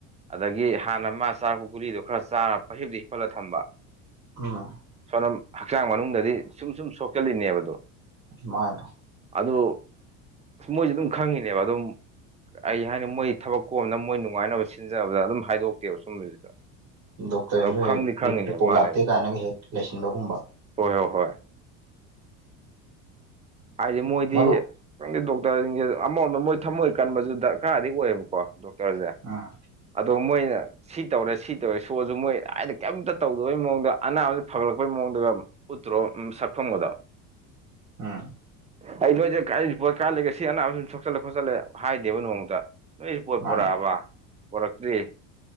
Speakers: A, on the right; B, on the right.
A: ꯑꯗꯒꯤ ꯍꯥꯟꯅ ꯃꯥ ꯆꯥꯔꯛꯄ ꯒꯨꯂꯤꯗꯣ ꯈꯔ ꯆꯥꯔꯄ ꯍꯤꯞꯇ ꯍꯤꯞꯠꯂꯒ ꯊꯝꯕ
B: ꯑ <unintelligible> <inaudible>
A: ꯁꯣꯅꯝ ꯍꯛꯆꯥꯡ ꯃꯅꯨꯡꯗꯗꯤ ꯁꯨꯝ ꯁꯨꯝ ꯁꯣꯛꯀꯜꯂꯤꯅꯦꯕꯗꯣ
B: ꯃ <unintelligible> <inaudible>
A: ꯑꯗꯨ ꯃꯣꯏꯁꯦ ꯑꯗꯨꯝ ꯈꯪꯉꯤꯅꯦꯕ ꯑꯗꯨꯝ ꯑꯩ ꯍꯥꯏꯅꯤ ꯃꯣꯏ ꯊꯕꯛ ꯀꯣꯝꯅ ꯃꯣꯏ ꯅꯨꯡꯉꯥꯏꯅꯕ ꯁꯤꯟꯖꯕꯗ ꯑꯗꯨꯝ ꯍꯥꯏꯗꯣꯛꯇꯦꯕ ꯁꯨꯝꯕꯁꯤꯗ
B: ꯗꯣꯛꯇꯔꯁꯤꯡꯁꯨ
A: ꯑꯗꯣ
B: ꯍ
A: ꯈꯪꯗꯤ ꯈꯪꯉꯤꯅꯦꯕ
B: ꯔꯤꯄꯣꯔꯠ
A: ꯃꯥꯅꯦꯕ
B: ꯂꯥꯛꯇꯦ ꯀꯥꯏꯅꯒ ꯍꯦꯛ ꯂꯩꯁꯤꯟꯕꯒꯨꯝꯕ
A: ꯍꯣꯏ ꯍꯣꯏ ꯍꯣꯏ <unintelligible> <inaudible> ꯍꯥꯏꯗꯤ ꯃꯣꯏꯗꯤ
B: ꯃꯔꯨꯞ
A: ꯈꯪꯗꯦ ꯗꯣꯛꯇꯔꯁꯤꯡꯁꯦ ꯑꯃꯔꯝꯗ ꯃꯣꯏ ꯊꯝꯃꯣꯏ ꯀꯟꯕꯁꯨꯗ ꯈꯔꯗꯤ ꯑꯣꯏꯌꯦꯕꯀꯣ ꯗꯣꯛꯇꯔꯁꯦ
B: ꯑꯥ
A: ꯑꯗꯣ ꯃꯣꯏꯅ ꯁꯤ ꯇꯧꯔꯦ ꯁꯤ ꯇꯧꯔꯦ ꯁꯣꯔꯁꯨ ꯃꯣꯏ ꯍꯥꯏꯗ ꯀꯩꯝꯇ ꯇꯧꯗꯕꯩ ꯃꯑꯣꯡꯗ ꯑꯅꯥꯕꯕꯁꯤ ꯐꯒꯠꯂꯛꯄꯒꯤ ꯃꯑꯣꯡꯗ ꯄꯨꯠꯇ꯭ꯔꯣ ꯁꯈꯝꯕꯗꯣ
B: ꯎꯝ
A: ꯑꯩ ꯅꯣꯏꯁꯦ ꯀ ꯄꯣꯠ ꯀꯥꯂꯒ ꯁꯤ ꯑꯅꯥꯕ ꯁꯨꯝ ꯁꯣꯛꯆꯜꯂꯦ ꯈꯣꯠꯆꯜꯂꯦ ꯍꯥꯏꯗꯦꯕ ꯅꯣꯡꯃꯗ ꯅꯣꯏ ꯄꯣꯠ
B: ꯃꯥꯅꯦ
A: ꯄꯣꯔꯛꯑꯕ ꯄꯣꯔꯛꯇ꯭ꯔꯤ